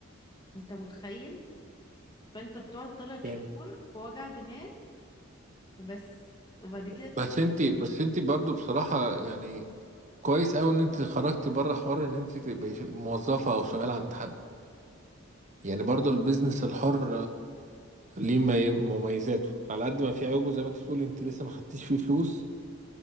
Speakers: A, on the left; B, on the right.
A: انت متخيل فانت بتقعد ثلاث شهور
B: يعني
A: في وجع دماغ وبس وبعد كده
B: بس
A: تبقى
B: أنت بس أنت برضو بصراحة يعني كويس أوي إن أنت خرجتي بره حوار إن أنت تبقي ش- موظفة أو شغالة عند حد يعني برضو البيزنس الحر ليه مي- مميزاته على قد ما في عيوبه زي ما انت بتقولي انت لسه ما خدتيش فيه فلوس